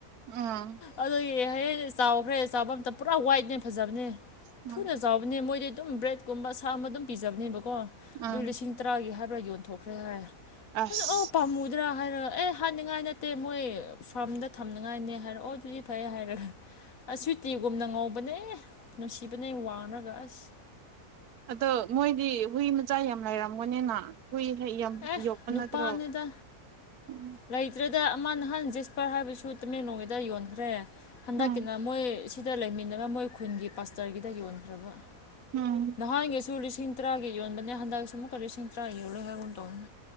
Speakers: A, on the right; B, on the left.
A: ꯎꯝ
B: ꯑꯗꯨꯒꯤ ꯍꯌꯦꯡ ꯆꯥꯎꯈ꯭ꯔꯦ ꯆꯥꯕ ꯑꯝꯇ ꯄꯨꯔꯥ ꯋꯥꯏꯠꯅꯦ ꯐꯖꯕꯅꯦ
A: ꯎꯝ
B: ꯊꯨꯅ ꯅꯦ ꯃꯣꯏꯗꯤ ꯑꯗꯨꯝ ꯕ꯭ꯔꯦꯗꯀꯨꯝꯕ ꯁꯥꯕ ꯑꯗꯨꯝ ꯄꯤꯖꯕꯅꯦꯕꯀꯣ ꯑꯗꯨ
A: ꯎꯝ
B: ꯂꯤꯁꯤꯡ ꯇꯔꯥꯒꯤ ꯍꯥꯏꯕ꯭ꯔꯥ ꯌꯣꯟꯊꯣꯛꯈ꯭ꯔꯦ ꯍꯥꯏ
A: ꯑꯁ
B: ꯑꯗꯨ ꯑꯥ ꯄꯥꯝꯃꯨꯗ꯭ꯔꯥ ꯗ꯭ꯔꯥ ꯍꯥꯏꯔꯒ ꯑꯦ ꯍꯥꯏꯅꯤꯡꯉꯥꯏ ꯅꯠꯇꯦ ꯃꯣꯏ ꯐꯥꯔꯝꯗ ꯊꯝꯅꯤꯡꯉꯥꯏꯅꯦ ꯍꯥꯏꯔꯦ ꯑꯣ ꯑꯗꯨꯗꯤ ꯐꯩ ꯍꯥꯏꯔꯒ ꯑꯁ ꯁꯨꯏꯇꯤꯒꯨꯝꯅ ꯉꯧꯕꯅꯦ ꯅꯨꯡꯁꯤꯕꯅꯦ ꯋꯥꯡꯂꯒ ꯑꯁ
A: ꯑꯗꯣ ꯃꯣꯏꯗꯤ ꯍꯨꯏ ꯃꯆꯥ ꯌꯥꯝ ꯂꯩꯔꯝꯒꯅꯤꯅ ꯍꯨꯏ ꯌꯥꯝ
B: ꯑꯦ
A: ꯌꯣꯛꯄ
B: ꯅꯨꯄꯥꯅꯤꯗ
A: ꯅꯠꯇ꯭ꯔꯣ ꯎꯝ
B: ꯂꯩꯇ꯭ꯔꯦꯗ ꯑꯃ ꯅꯍꯥꯟ ꯖꯤꯁꯄꯥꯔ ꯍꯥꯏꯕꯁꯨ ꯇꯨꯃꯦꯡꯂꯣꯡꯉꯩꯗ ꯌꯣꯟꯈ꯭ꯔꯦ ꯍꯟꯗꯛꯀꯤꯅ
A: ꯎꯝ
B: ꯃꯣꯏ ꯁꯤꯗ ꯂꯩꯃꯤꯟꯅꯕ ꯃꯣꯏ ꯈꯨꯟꯒꯤ ꯄꯥꯁꯇ꯭ꯔꯒꯤꯗ ꯌꯣꯟꯈ꯭ꯔꯕꯥ
A: ꯎꯝ
B: ꯅꯍꯥꯟꯒꯤꯁꯨ ꯂꯤꯁꯤꯡ ꯇꯔꯥꯒꯤ ꯌꯣꯟꯕꯅꯦ ꯍꯟꯗꯛꯁꯨ ꯑꯃꯨꯛꯀ ꯂꯤꯁꯤꯡ ꯇꯔꯥ ꯌꯣꯜꯂꯦ ꯍꯥꯏꯒꯨꯝ ꯇꯧꯅꯦ